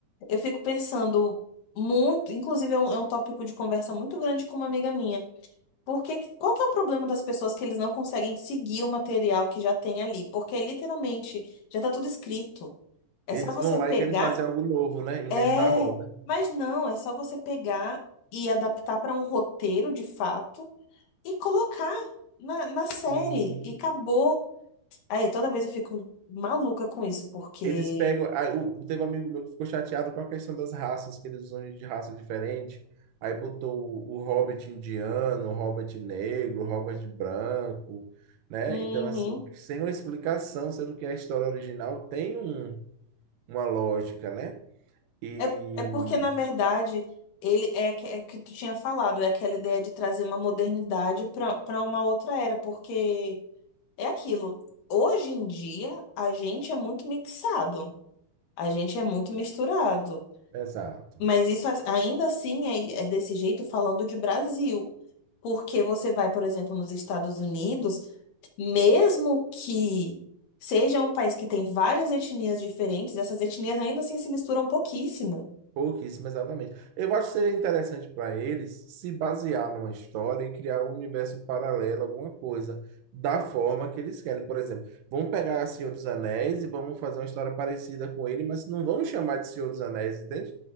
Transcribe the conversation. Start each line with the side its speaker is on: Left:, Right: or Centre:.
Left: eu fico pensando muito, inclusive é um, é um tópico de conversa muito grande com uma amiga minha. Porque qual que é o problema das pessoas que eles não conseguem seguir o material que já tem ali? Porque literalmente já tá tudo escrito. É
Right: eles
Left: só você
Right: vão lá
Left: pegar,
Right: e querem fazer algo novo, né? Inventar
Left: é,
Right: a roda.
Left: mas não, é só você pegar e adaptar para um roteiro de fato e colocar na, na série
Right: Sim.
Left: e acabou. Aí toda vez eu fico maluca com isso, porque.
Right: Eles pegam. Aí, o- teve um amigo meu que ficou chateado com a questão das raças, que eles usam gente de raça diferente. Aí botou o, o Hobbit indiano, o Hobbit negro, o Hobbit branco, né?
Left: Uhum.
Right: Então, assim, sem uma explicação, sendo que a história original tem um- uma lógica, né? E.
Left: É, é porque, na verdade, ele é, que- é que tu tinha falado, é aquela ideia de trazer uma modernidade para para uma outra era, porque é aquilo. Hoje em dia, a gente é muito mixado, a gente é muito misturado.
Right: Exato.
Left: Mas isso a- ainda assim é, é desse jeito falando de Brasil. Porque você vai, por exemplo, nos Estados Unidos. mesmo que seja um país que tem várias etnias diferentes, essas etnias ainda assim se misturam pouquíssimo.
Right: Pouquíssimo, exatamente. Eu acho que seria interessante para eles se basear numa história e criar um universo paralelo, alguma coisa, da forma que eles querem. Por exemplo, vamos pegar Senhor dos Anéis e vamos fazer uma história parecida com ele, mas não vamos chamar de Senhor dos Anéis, entende?